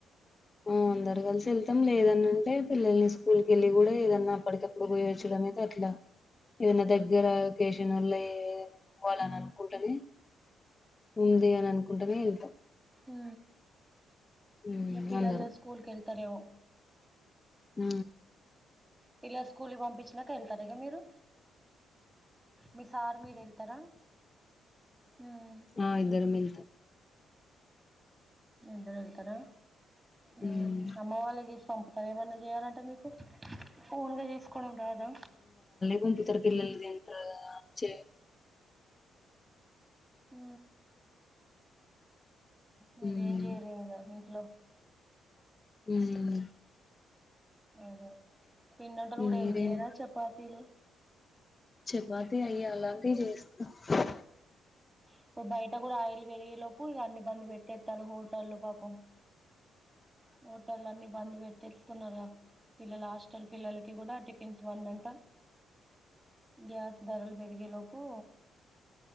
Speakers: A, on the left; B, on the right.
A: ఆ అందరు గలిసి వెళ్తాం
B: ఉమ్
A: లేదన్న అంటే పిల్లల్ని స్కూల్ కి వెళ్ళి గుడా ఏదన్నా అప్పటికప్పుడు పోయెసుడు అట్లా ఏదన్న దగ్గర అకే <unintelligible> వాలని అనుకుంటది వుందే అను అనుకు కుంటనే వెళ్తాం
B: హు
A: హ్మ్
B: ఎప్ పిల్లల
A: అందరం
B: స్కూల్ కేళ్తారే ఎవ్
A: ఉ
B: పిల్లల స్కూల్ కి పంపించినాక ఎళ్తారా ఇగ మీరు మీ సార్ మీరు వెళ్తారా ఉమ్
A: ఆ ఇద్దరం మెల్తం
B: ఇద్దరు ఎళ్తారా
A: హ్మ్
B: ఉమ్ అమ్మ వాళ్ళు గిట్ల్ పంపుతార ఏమన్నా చేయాలంటె మీకు ఓన్గా చేసుకోడం రాదా
A: వంపుతారు పిల్లల్ తింటరు గద చె
B: హు మీరు
A: హ్మ్
B: ఏం చేయలేరు గా దిన్ ట్లో
A: ఈసిగుంది
B: ఏదో పిండి వంటలు
A: మీరేం
B: కూడా ఏం చేయరా చపాతీలు
A: చెపాతీ అయి అలాంటి జేస్ హ్
B: ఇప్పు బయట కూడా ఆయిలు పెరిగేలోపు ఇగ అన్ని బందు పెట్టేత్తరు హోటల్లు పాపం హోటల్లు అన్ని బంద్ పెట్టే తూన్నరుగా పిల్లల హాస్టల్ పిల్లలకి కూడా టిఫిన్స్ వందంట గ్యాస్ ధరలు పెరిగేలోపు